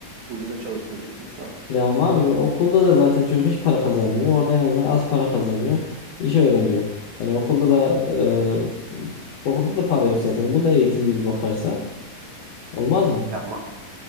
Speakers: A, on the right; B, on the left.
A: Ucuza çalıştıracak insan.
B: yağmalamıyor. Okulda da zaten çocuk hiç para kazanmıyor. Orada en azından az para kazanıyor. İşi öğreniyor. Yani okulda da e, okulda da para yok zaten. Bu da eğitim gibi bakarsa olmaz mı?
A: Ya